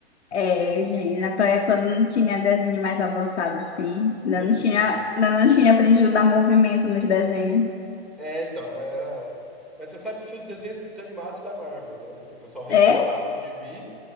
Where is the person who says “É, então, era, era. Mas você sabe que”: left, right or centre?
Centre